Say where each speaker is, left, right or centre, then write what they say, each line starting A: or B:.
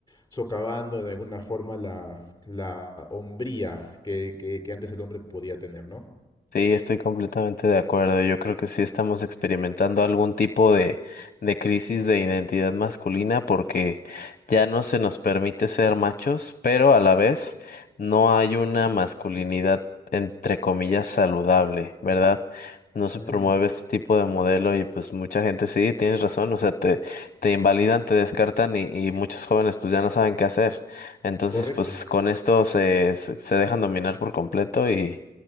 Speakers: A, on the left; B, on the left.
A: socavando de alguna forma la, la hombría que, que- que antes el hombre podía tener, ¿no?
B: Sí, estoy completamente de acuerdo. Yo creo que sí estamos experimentando algún tipo de, de crisis de identidad masculina porque ya no se nos permite ser machos, pero a la vez no hay una masculinidad entre comillas saludable, ¿verdad? No se
A: Ujú,
B: promueve este tipo de modelo y pues mucha gente sí, tienes razón, o sea, te, te invalidan, te descartan y, y muchos jóvenes pues ya no saben qué hacer. Entonces
A: Correcto.
B: pues con esto se, se se dejan dominar por completo y